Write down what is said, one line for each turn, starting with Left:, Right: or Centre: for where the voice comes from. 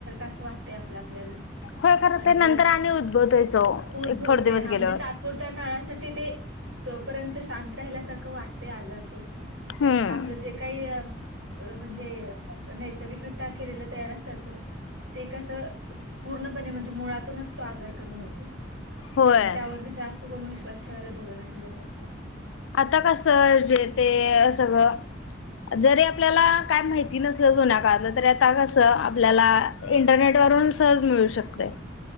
Right: अस वाटतय आपल आपल्याला आणि.....
Left: होय खरं ते नंतर आणि उद्भवतोयच ओ
Right: उद्भवतय
Left: एक थोडे दिवस
Right: हा
Left: गेल्यावर
Right: म्हणजे तात्पुरत्या काळासाठी ते, तोपर्यंत शांत राहिल्यासारखं वाटतय आजार तो पण
Left: हम्म
Right: आपलं जे काही, म्हणजे नैसर्गिकरीत्या केलेलं तयार असतात बघ ते कस पूर्णपणे म्हणजे मुळातूनच तो आजार कमी होतो...
Left: होय
Right: पण त्यावरती जास्त कोण विश्वास विश्वास ठेवायला बघण झालं. त्यात
Left: आता कस जे ते सगळ जरी आपल्याला काय माहिती नसल, जुन्या काळलं तर आता कस आपल्याला इंटरनेट वरून सहज मिळू शकते.